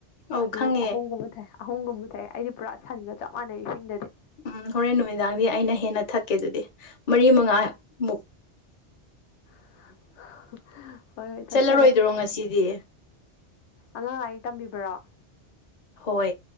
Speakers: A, on the left; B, on the left.
A: ꯑꯧ
B: ꯑꯗꯨ
A: ꯈꯪꯉꯦ
B: ꯑꯍꯣꯡꯒꯨꯝꯕ ꯊꯥꯏ ꯑꯍꯣꯡꯒꯨꯝꯕ ꯊꯥꯏ ꯑꯩꯗꯤ ꯄꯨꯔꯥ ꯁꯟꯒ ꯆꯞ ꯃꯥꯟꯅꯩ ꯏꯁꯤꯡꯗꯗꯤ
A: ꯎꯝ ꯍꯣꯔꯦꯟ ꯅꯨꯃꯤꯗꯥꯡꯗꯤ ꯑꯩꯅ ꯍꯦꯟꯅ ꯊꯛꯀꯦ ꯑꯗꯨꯗꯤ ꯃꯔꯤ ꯃꯉꯥꯃꯨꯛ
B: <unintelligible> <inaudible> ꯍꯣꯏ ꯍꯣꯏ ꯊꯛꯆꯕ
A: ꯆꯠꯂꯔꯣꯏꯗ꯭ꯔꯣ ꯉꯁꯤꯗꯤ
B: ꯑꯉꯥꯡ ꯑꯌꯦꯛ ꯇꯝꯕꯤꯕ꯭ꯔꯣ
A: ꯍꯣꯏ